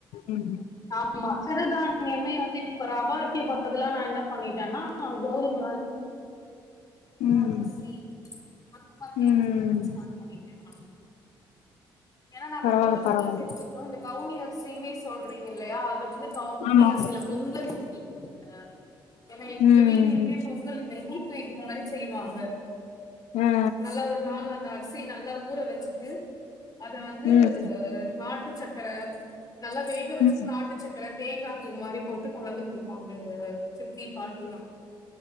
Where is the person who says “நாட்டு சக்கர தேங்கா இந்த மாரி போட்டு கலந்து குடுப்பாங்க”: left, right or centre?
Left